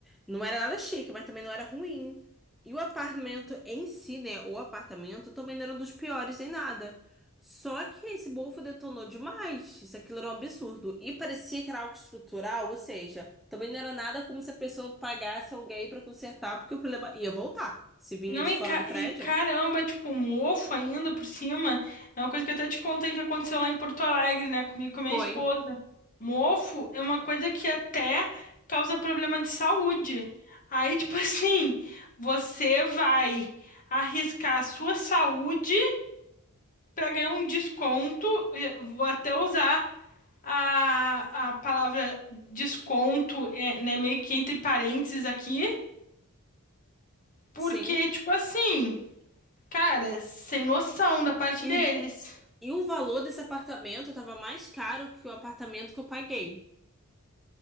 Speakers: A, in the centre; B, on the left.
A: não era nada chique, mas também não era ruim. E o apartamento em si, né? O apartamento também não era um dos piores em nada. Só que esse bofo detonou demais. Isso aquilo era um absurdo. E parecia que era algo estrutural, ou seja, também não era nada como se a pessoa pagasse alguém pra consertar, porque o problema ia voltar. Se vinha
B: Não,
A: de
B: e,
A: fora
B: ca-
A: do prédio.
B: e caramba, tipo, um mofo ainda por cima. É uma coisa que eu até te contei que aconteceu lá em Porto Alegre, né? Comigo e com a minha
A: Foi,
B: esposa. Mofo é uma coisa que até causa problema de saúde. Aí, tipo <laughs> assim, você vai arriscar a sua saúde para ganhar um desconto, eh, vou até usar a, a palavra desconto, eh, né, meio que entre parênteses aqui, porque,
A: sim.
B: tipo assim, cara, sem noção da parte
A: E
B: deles.
A: E o valor desse apartamento estava mais caro que o apartamento que eu paguei,